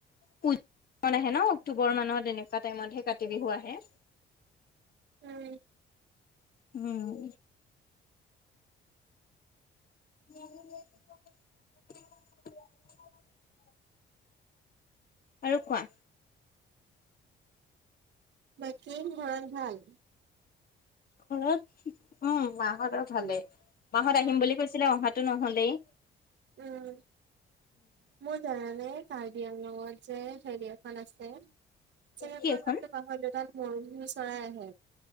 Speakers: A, on the left; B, on the right.
A: <unintelligible> আহে ন অক্টোবৰ মানত এনেকুৱা টাইমতহে কাতি বিহু আহে।
B: উম।
A: উম উ <inaudible> আৰু কোৱা
B: বাকী ঘৰত ভাল
A: ঘৰত উম মাহঁতৰ ভালে মাহত আহিম
B: অ
A: বুলি কৈছিলে অহা টো নহ'লেই
B: উম মোৰ জানানে চাৰদিয়া লগত যে চাইদিয়াখন আছে জেগাডোখৰ
A: কি এখন?
B: নামটো পাহৰিলো তা পৰিভ্ৰমী চৰাই আহে